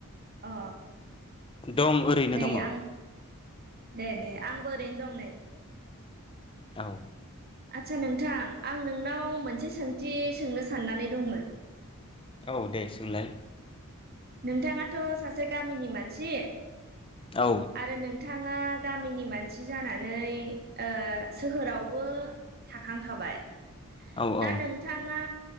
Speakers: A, on the right; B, on the left.
A: अ
B: दं ओरैनो
A: नै
B: दङ।
A: आं दे दे आंबो ओरैनो दं नै।
B: औ
A: आच्छा नोंथां आं नोंनाव मोनसे सोंथि सोंनो साननानै दंमोन।
B: औ दे सोंलाय।
A: नोंथाङाथ' सासे गामिनि मानसि।
B: औ
A: आरो नोंथाङा गामिनि मानसि जानानै ओ सोहोरावबो थाखां खाबाय।
B: औ
A: दा
B: औ
A: नोंथाङा